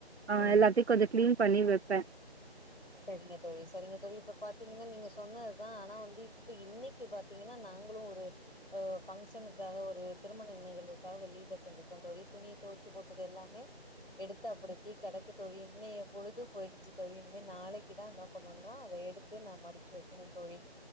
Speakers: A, on the right; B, on the left.
A: அ
B: ம்
A: எல்லாத்தையும் கொஞ்ச கிளீன் பண்ணி வப் <unintelligible>
B: செரிங்க தோழி செரிங்க தோழி இப்ப பாத்தீங்கன்னா நீங்க சொன்னது தா ஆனா வந்து இப்ப இன்னைக்கு பாத்தீங்கன்னா நாங்களும் ஒரு அ பங்க்ஷனுக்காக ஒரு திருமண நிகழ்வுக்காக வெளியில செஞ்சிருக்கிறோம் தோழி துணி துவைக்க போட்டது எல்லாமே எடுத்து அப்டி அப்டி கிடக்கு தோழி இன்னைக்கு பொழுது போயிடுச்சு தோழி நாளைக்கு தா என்ன பண்ணும்னா அத எடுத்து நா மடிச்சு வைக்கணும் தோழி